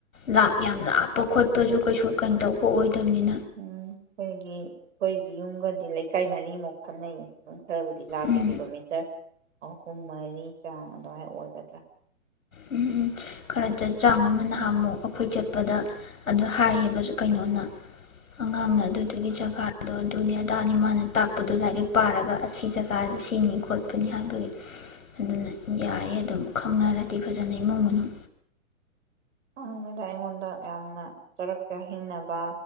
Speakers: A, on the left; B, on the right.
A: ꯂ ꯌꯥꯝ ꯂꯥꯞꯄ ꯈꯣꯠꯄꯁꯨ ꯀꯩꯁꯨ ꯀꯩꯅꯣ ꯇꯧꯕ ꯑꯣꯏꯗꯕꯅꯤꯅ
B: ꯎꯝ ꯑꯩꯈꯣꯏꯒꯤ ꯑꯩꯈꯣꯏꯒꯤ ꯌꯨꯝꯒꯗꯤ ꯂꯩꯀꯥꯏ ꯃꯔꯤꯃꯨꯛ ꯈꯟꯅꯩ ꯑꯗꯨꯝ ꯈꯔꯕꯨꯗꯤ ꯂꯥꯄꯤ
A: ꯎꯝ
B: ꯀꯤꯂꯣꯃꯤꯇꯔ ꯑꯍꯨꯝ ꯃꯔꯤ ꯆꯥꯡ ꯑꯗꯨꯃꯥꯏ ꯑꯣꯏꯒꯗ꯭ꯔꯥ
A: ꯎꯝ ꯎꯝ ꯈꯔ ꯆ ꯆꯥꯡ ꯑꯃ ꯅꯍꯥꯟ ꯑꯃꯨꯛ ꯑꯩꯈꯣꯏ ꯆꯠꯄꯗ ꯑꯗꯨ ꯍꯥꯏꯌꯦꯕ ꯀꯩꯅꯣꯅ ꯑꯉꯥꯡꯅ ꯑꯗꯨꯗꯨꯒꯤ ꯖꯒꯥꯗꯣ ꯑꯗꯨꯅꯤ ꯑꯗꯥꯅꯤ ꯃꯥꯅ ꯇꯥꯛꯄꯗꯣ ꯂꯥꯏꯔꯤꯛ ꯄꯥꯔꯒ ꯑꯁꯤ ꯖꯒꯥ ꯁꯤꯅꯤ ꯈꯣꯠꯄꯅꯤ ꯍꯥꯏꯕꯒꯤ ꯑꯗꯨꯅ ꯌꯥꯌꯦ ꯑꯗꯨꯝ ꯈꯪꯅꯔꯦ ꯗꯤ ꯐꯖꯩ ꯃ ꯃꯅꯨꯡꯨ
B: ꯑꯩꯗꯨꯗ ꯑꯩꯉꯣꯟꯗ ꯌꯥꯝꯅ ꯆꯔꯛ ꯆꯥ ꯍꯤꯡꯅꯕ